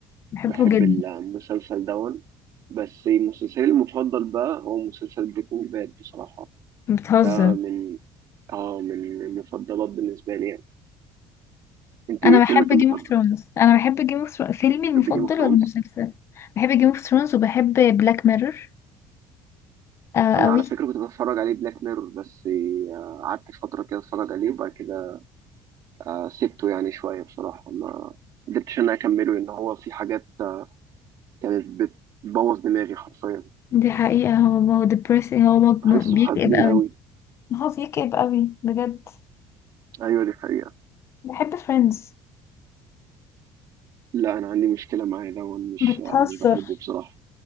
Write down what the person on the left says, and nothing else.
بحبه
جدا
بتهزر
أنا
بحب
جيم اوف ثرونز أنا بحب جيم اوف ثرونز فيلمي المفضل
ولا
المسلسل؟ بحب جيم اوف ثرونز وبحب بلاك ميرور آه
قوي
دي حقيقة هو هو depressing هو م-
بيكئب
قوي
هو بيكئب قوي بجد
بحب فريندز
بتهزر